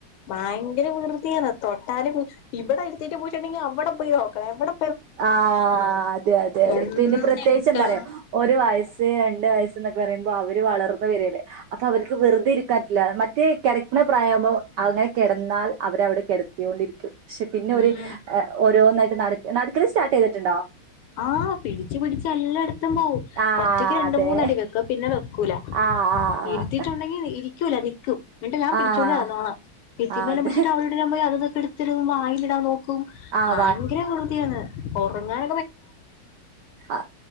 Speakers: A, on the left; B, on the right.
A: ഭയങ്കര വികൃതിയാണ് തൊട്ടാലും ഇവിടെ ത്തിയിട്ട് പോയിട്ടുണ്ടെിൽ അവിടെ പോയി നോക്കണം എവടെ
B: ആ അതെ അതെ അതെ
A: എന്തെടുക്കാ
B: പിന്നെ പ്രത്യേകിച്ച് എന്താ അറിയോ ഒരു വയസ്സ് രണ്ട് വയസ്സ് എന്നൊക്കെ പറയുമ്പോ അ അവര് വളർന്ന് വരുവല്ലേ അപ്പൊ അവര്ക്ക് വെറുതെ ഇരിക്കാൻ പറ്റില്ല മറ്റേ കിടക്കുന്ന പ്രായം ആവുമ്പോ അങ്ങനെ കിടന്നാൽ അവരവിടെ കിടത്തിയോണ്ടിരിക്കും പക്ഷെ പിന്നെ
A: ഉം
B: ഒരു ഓരോന്നായിട്ട് നട നട ൻ സ്റ്റാർട്ട് ചെയ്തിട്ടുണ്ടോ
A: ആ പിടിച്ചു പിടിച്ച് എല്ലട ത്തും പോവും
B: ആഹ്
A: ഒറ്റയ്ക്ക് രണ്ട്
B: അതെ
A: മൂന്നടി വെക്കും പിന്നെ വെക്കൂല
B: ആഹ് ആഹ്
A: ഇരുത്തിട്ടുണ്ടെങ്കിൽ ഇരി രിക്കൂല നിക്കും എന്നിട്ട് ഞാൻ പിടിച്ചോണ്ട്
B: ആഹ് ആഹ്
A: നടന്നോണം. ഭിത്തി
B: ആഹ്
A: മേല
B: അതെ
A: പിടിച്ചിട്ട് അവടെടുക്കാൻ പോയി അവിടുന്ന് എടു വായിലിടാൻ നോക്കും
B: ആഹ്
A: ഭയങ്കര വികൃതിയാണ് ഉറങ്ങാൻ
B: ആ